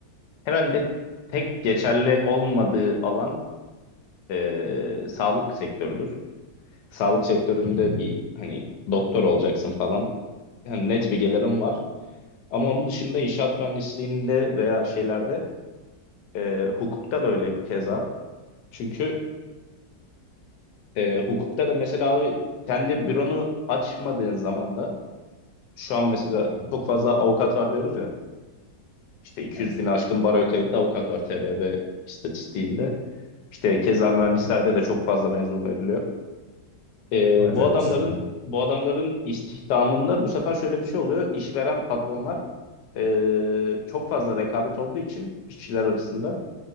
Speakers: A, on the left; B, on the left.
A: Herhalde tek geçerli olmadığı alan e, sağlık sektörüdür. Sağlık sektöründe
B: Hı hı.
A: bir hani doktor olacaksın falan. Yani net bilgilerim var. Ama onun dışında inşaat mühendisliğinde veya şeylerde e, hukukta da öyle keza. Çünkü e, hukukta da mesela abi kendi büronu açmadığın zaman da Şu an mesela
B: Hı hı.
A: çok fazla avukat var diyoruz ya. İşte 200
B: Evet.
A: bin aşkın baroya kayıtlı avukat var TBB istatistiğinde. İşte keza mühendislerde
B: Hı hı.
A: de çok fazla mezun veriliyor. Ee,
B: Evet,
A: bu
B: evet,
A: adamların
B: bize de öyle.
A: bu adamların istihdamında bu sefer şöyle bir şey oluyor. İşveren patronlar ee, çok fazla rekabet olduğu için işçiler arasında